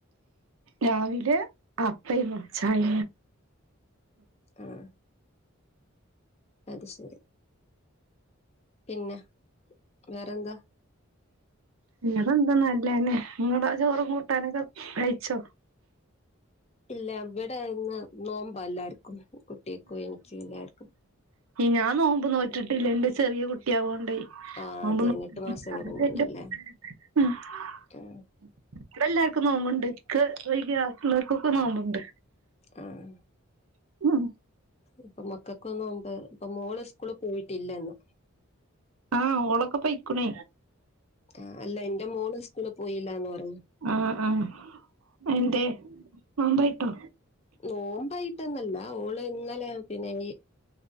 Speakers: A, on the right; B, on the left.
A: രാവിലെ അപ്പയും ചായ
B: ഹെ അത് ശരി പിന്നെ വേറെന്താ
A: <unintelligible> നല്ലേനെ നിങ്ങളെ ചോറും കൂട്ടാനൊക്കെ കഴിച്ചോ
B: ഇല്ല ഇവിടെ ഇന്ന് നോമ്പ എല്ലാർക്കും കുട്ട്യാക്കും എനിക്കും എല്ലാർക്കും
A: ഞാ നോമ്പ് നോറ്റിട്ടില്ല ന്റെ ചെറിയ കുട്ടിയവോണ്ടേ.
B: ആ
A: അ
B: അതെ
A: <unintelligible>
B: എട്ട് മാസമുള്ള കുഞ്ഞാണല്ലേ ആ,
A: ഇവിടെ ല്ലാവർക്കും നോമ്ബ്ണ്ട് ഇക്കൊയ്‌ക്ക വാക്കിലോർക്കൊക്കെ നോമ്പ്ണ്ട്.
B: ആഹ്
A: <unintelligible>
B: ഇപ്പൊ മക്കക്കും നോമ്പ് ഇപ്പ മോള് സ്കൂള് പോയിട്ടില്ലെന്ന്.
A: ആഹ് ഓളക്ക പ്പയ്ക്ക്ണ.
B: ആഹ് അല്ല ന്റെ മോള് സ്കൂള് പോയില്ലന്ന് പറ
A: ആഹ് ആഹ് എന്തേ നോമ്പായിട്ടോ?
B: നോമ്പായിട്ടനോല്ല ഓള് ഇന്നലെ പിന്നെ